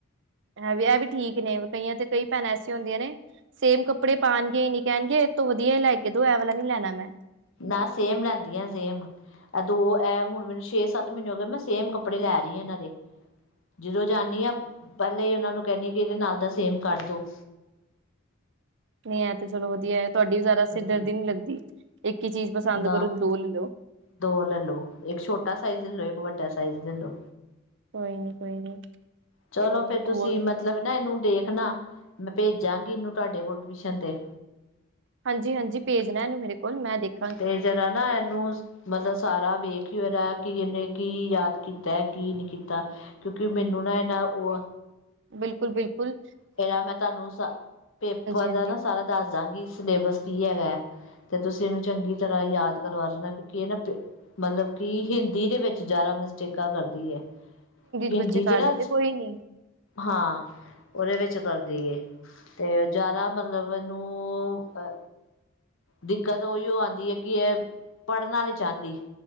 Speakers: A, on the right; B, on the left.
A: ਹੈ ਵੀ, ਇਹ ਵੀ ਠੀਕ ਨੇ, ਕਈਆਂ ਤੇ ਕਈ ਭੈਣਾਂ ਐਸੀਆਂ ਹੁੰਦੀਆਂ ਨੇ, ਸੇਮ ਕੱਪੜੇ, ਪਾਉਣਗੇ, ਹੀ ਨਈ, ਕਹਿਣਗੇ ਇਹ ਤੋਂ ਵਧੀਆ ਇਨ ਲੇ ਕੇ ਦੋ, ਐ ਵਾਲਾ ਨੀ ਲੈਣਾ ਮੈਂ
B: ਨਾ, ਸੇਮ ਲੈਂਦੀਆਂ ਸੇਮ, ਦੋ ਇਹ ਹੁਣ ਮੈਨੂੰ, ਛੇ -ਸੱਤ ਮਹੀਨੇ ਹੋ ਗਏ, ਮੈਂ ਸੇਮ ਕੱਪੜੇ ਲੈ ਰਹੀ ਆ ਇਹਨਾਂ ਦੇ ਜਦੋਂ ਜਾਂਦੀ ਆਾਂ, ਪਹਿਲੇ ਹੀ ਉਹਨਾ ਨੂੰ ਕਹਿੰਦੀ, ਕਿ ਇਹਦੇ ਨਾਲ ਦਾ ਸੇਮ ਕੱਢ ਦੋ
A: ਨਹੀਂ ਇਹ ਤੇ ਚਲੋ, ਵਧੀਆ ਤੁਹਾਡੀ ਵੀ ਜ਼ਿਆਦਾ
B: ਹੂੰ
A: ਸਿਰ ਦਰਦੀ ਨਹੀਂ ਲਗਦੀ, ਇੱਕ ਹੀ ਚੀਜ਼ ਪਸੰਦ
B: ਨਾ
A: ਕਰੋ ਤੇ ਦੋ ਲੈ ਲਓ
B: ਦੋ ਲੈ ਲੋ, ਇੱਕ ਛੋਟਾ ਸਾਈਜ਼, ਲੈ ਲੋ ਇੱਕ ਵੱਡਾ ਸਾਈਜ਼ ਲੈ ਲੋ
A: ਕੋਈ ਨੀ, ਕੋਈ ਨੀ,
B: ਚਲੋ
A: ਹੋਰ
B: ਫੇਰ
A: -ਹੋਰ
B: ਤੁਸੀਂ ਮਤਲਬ ਨਾ ਇਹਨੂੰ ਦੇਖਣਾ, ਮੈਂ ਭੇਜਾਂਗੀ, ਇਹਨੂੰ ਤੁਹਾਡੇ ਕੋਲ ਟਿਊਸ਼ਨ ਤੇ
A: ਹਾਂਜੀ-ਹਾਂਜੀ ਭੇਜਣਾ ਇਹਨੂੰ ਮੇਰੇ ਕੋਲ, ਮੈਂ ਦੇਖ
B: ਤੇ ਜਰਾ, ਨਾ ਇਹਨੂੰ ਮਤਲਬ ਸਾਰਾ ਵੇਖ ਹੀ ਹੋਏ, ਦਾ ਕਿ ਇਹਨੇ ਕੀ ਯਾਦ ਕੀਤਾ, ਕੀ ਨਹੀਂ ਕੀਤਾ। ਕਿਉਂਕਿ, ਮੈਨੂੰ ਨਾ ਇਹ ਨਾ ਉਹ ਆ
A: ਬਿਲਕੁਲ-ਬਿਲਕੁਲ,
B: ਇਹਦਾ ਮੈਂ ਤੁਹਾਨੂੰ ਪੇਪਰ
A: ਹਾਂਜੀ
B: ਦਾ ਨਾ ਸਾਰਾ ਦੱਸ ਦਾਂਗੀ, ਸਿਲੇਬਸ ਕੀ ਹੈਗਾ ਤੇ ਤੁਸੀਂ ਇਹਨੂੰ, ਚੰਗੀ ਤਰ੍ਹਾਂ ਯਾਦ ਕਰਵਾ ਰਣਾ ਕਿਉਂਕਿ ਇਹ ਨਾ ਮਤਲਬ, ਕਿ, ਹਿੰਦੀ ਦੇ ਵਿੱਚ ਜ਼ਿਆਦਾ ਮਿਸਟੇਕਾਂ ਕਰਦੀ ਹੈ। ਹਿੰਦੀ
A: ਬੱਚੇ ਕਰ
B: ਚ ਨਾ,
A: ਦਿੰਦੇ ਕੋਈ ਨੀ
B: ਹਾਂ ਉਹਦੇ ਵਿੱਚ ਕਰਦੀਏ ਤੇ ਜ਼ਿਆਦਾ ਮਤਲਬ ਇਹਨੂੰ ਦਿੱਕਤ ਉਈਓ ਆਂਦੀ ਏ, ਕਿ ਇਹ ਪੜ੍ਹਨਾ ਨਈਂ ਚਾਹੰਦੀ